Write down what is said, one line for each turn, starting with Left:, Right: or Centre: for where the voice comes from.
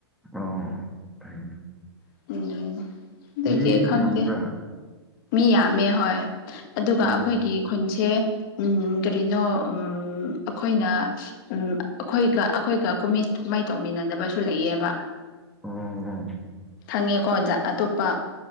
Centre: ꯑꯣ ꯐꯩꯅꯦ
Left: <unintelligible> ꯑꯗꯨꯒꯤ
Centre: ꯃꯤ
Left: ꯈꯪꯗꯦ
Centre: ꯌꯥꯝꯕ꯭ꯔꯥ
Left: ꯃꯤ ꯌꯥꯝꯃꯦ ꯍꯣꯏ ꯑꯗꯨꯒ
Centre: ꯎꯝ
Left: ꯑꯈꯣꯏꯒꯤ ꯈꯨꯟꯁꯦ ꯎꯝ ꯀꯔꯤꯅꯣ ꯎꯝ ꯑꯈꯣꯏꯅ ꯎꯝ ꯑꯈꯣꯏꯒ ꯑꯈꯣꯏꯒ ꯀꯨꯝꯍꯩ ꯀꯨꯝꯍꯩ ꯇꯧꯃꯤꯟꯅꯗꯕꯁꯨ ꯂꯩꯌꯦꯕ
Centre: <unintelligible>
Left: ꯈꯪꯉꯦꯀꯣ ꯑꯣꯖꯥ ꯑꯇꯣꯞꯄ